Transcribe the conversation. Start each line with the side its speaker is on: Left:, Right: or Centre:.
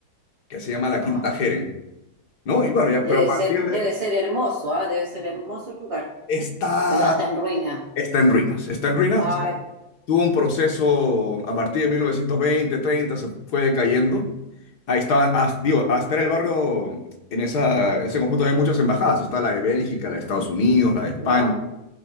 Left: que se llama la
Right: Wow.
Left: Quinta Jeren, ¿no? Y bueno, ya, pero
Right: Debe
Left: a partir
Right: ser, debe
Left: de...
Right: ser hermoso, ¿ah? Debe ser hermoso el lugar.
Left: Está,
Right: O ya está en ruina.
Left: está en ruinas, está en ruinas,
Right: Ay,
Left: o sea, tuvo un proceso a partir de 1920, 30, se fue decayendo. Ahí estaba, hasta, digo, hasta era el barrio, en esa, ese conjunto había muchas embajadas, está la de Bélgica, la de Estados Unidos, la de España.
Right: wow.